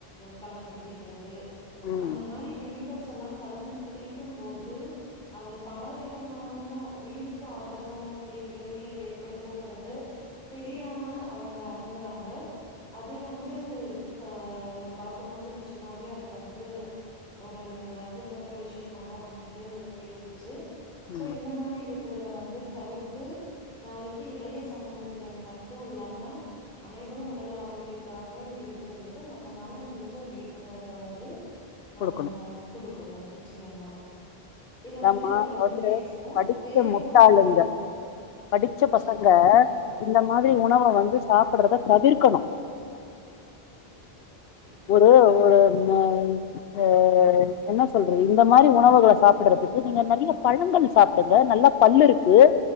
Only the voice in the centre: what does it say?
கலந்து குடிக்கிறது
அந்த மாரி கெமிக்கல்ஸ் எல்லா கலந்து குடிக்கும்போது அது பலவித மான உயிருக்கு ஆபத்தான கூடிய விளைவுகள ஏற்படுத்துங்கறது தெரியாம அவங்க அருந்துறாங்க அது வந்து ப பாக்கும்போது நிஜமாவே அது வந்து ஒரு வருந்துத்தக்க விஷயமாதா வந்துட்டு இருந்துச்சு
சோ இந்த மாரி இருக்கறத வந்து தவிர்த்து நாளைக்கு இளைய சமூகத்தினர் மட்டு இல்லாம அனைவரு உடல் ஆரோக்கியத் தாக இருக்குறதுக்கு நம்மனாள முடிஞ்ச விழிப்புணர்வ வந்து ஆ
குடுக்கணு நிச்சயமா இத
பத்தி தொடர்ந்து
பேசுவோ
வேற
உணவுகள்
நிச்சியமா
நிச்சியமா
<unintelligible>